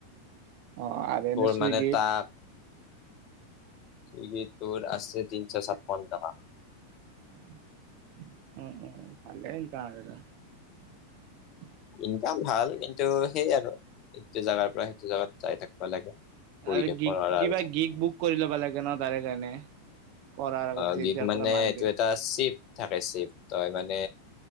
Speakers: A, on the right; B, on the left.
A: অ আৰু এনে
B: তোৰ
A: চুইগিত
B: মানে তাত ছুইগীত তোৰ আছে তিনছ ছাপন্ন টকা।
A: <inaudible> উ উম ভালেই <unintelligible>
B: ইনকাম ভাল। কিন্তু সেই আৰু এইটো জাগাৰ পৰা সেইটো জাগাত যাই থাকবা লাগে। বহি
A: আৰু
B: থাকিব
A: গি
B: নোৱাৰা
A: কিবা
B: আৰু
A: গিক বুক কৰি ল'বা লাগে ন তাৰে কাৰণে? কৰাৰ আগত
B: অ
A: যে
B: গীক
A: এতিয়াৰ
B: মানে
A: পৰা মাৰবি।
B: এইটো এটা চিফ থাকে। চিফ তই মানে